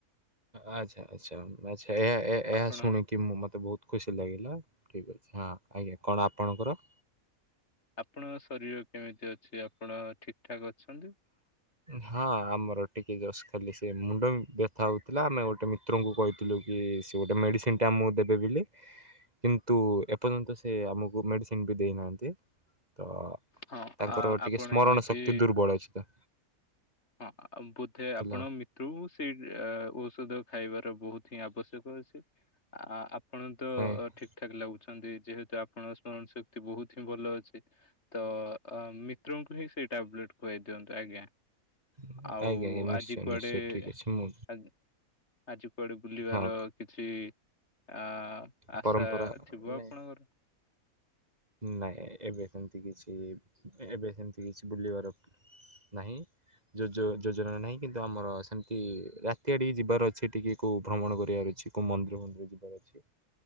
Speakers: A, on the right; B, on the left.
A: ଆଚ୍ଛା ଆଚ୍ଛା ଆଛା। ଏହା
B: ଆପଣ
A: ଏହା ଶୁଣିକି ମୁ ମତେ ବହୁତ ଖୁସି ଲାଗିଲା। ଠିକ୍ ଅଛି ହଁ ଆଜ୍ଞା। କଣ ଆପଣଙ୍କର?
B: ଆପଣଙ୍କ ଶରୀର କେମିତି ଅଛି? ଆପଣ ଠିକ୍ ଠାକ୍ ଅଛନ୍ତି।
A: ହଁ ଆମର ଟିକେ ଜଷ୍ଟ ଖାଲି ସେ ମୁଣ୍ଡ ବି ବ୍ୟଥା ହଉଥିଲା ଆମେ ଗୋଟେ ଡ଼ାକ୍ତରଙ୍କୁ କହିଥିଲୁ କି ସେ ଗୋଟେ ମେଡ଼ିସିନ୍ ଟେ ଆମକୁ ଦେବେ ବୋଲି। କିନ୍ତୁ ଏପର୍ଯ୍ୟନ୍ତ ସେ ଆମକୁ ମେଡସିନ ବି ଦେଇନାହାନ୍ତି। ତ
B: ହଁ
A: ତାଙ୍କର
B: ଆ ଆପଣ
A: ଟିକେ ସ୍ମରଣ
B: ଏମିତି
A: ଶକ୍ତି ଦୁର୍ବଳ ଅଛି ତ।
B: ହଁ ଆମ ବୋଧେ ଆପଣ
A: ଥିଲା।
B: ମି ତୁ ସେଇ ଔଷଧ ଖାଇବାର ବହୁତ ହିଁ ଆବଶ୍ୟକ ଅଛି। ଆ ଆପ ଆପଣ ତ
A: ଆଜ୍ଞା
B: ଠିକ୍ ଠିକ୍ ଲାଗୁଛନ୍ତି ଯେହେତୁ ଆପଣଙ୍କ ସ୍ମରଣ ଶକ୍ତି ବହୁତ ହିଁ ଭଲ ଅଛି। ତ ଆ ମିତ୍ରଙ୍କୁ ହିଁ ସେଇ ଟାବଲେଟ୍ ଖୁଆଇଦିଅନ୍ତୁ ଆଜ୍ଞା।
A: ଆଜ୍ଞା
B: ଆଉ
A: ଆଜ୍ଞା ନିଶ୍ଚୟ
B: ଆଜି କୁଆଡେ
A: ନିଶ୍ଚୟ ଠିକ୍ ଅଛି ମୁଁ
B: ଆଜି ଆଜି କୁଆଡେ ବୁଲିବାର
A: ହଁ
B: କିଛି ଆ ଆଶା
A: ପରମ୍ପରା
B: ଥିବ
A: ନାଇଁ
B: ଆପଣଙ୍କର?
A: ନାଇଁ ଏବେ ସେମତି କିଛି ଏବେ ସେମତି କିଛି ବୁଲିବାର ନାହିଁ। ଯୋଜ ଯୋଜନା ନାହିଁ। କିନ୍ତୁ ଆମର ସେମତି ରାତି ଆଡ଼ିକି ଯିବାର ଅଛି ଟିକେ କୋଉଁ ଭ୍ରମଣ କରିବାର ଅଛି। କୋଉ ମନ୍ଦିର ଫନ୍ଦିର ଯିବାର ଅଛି।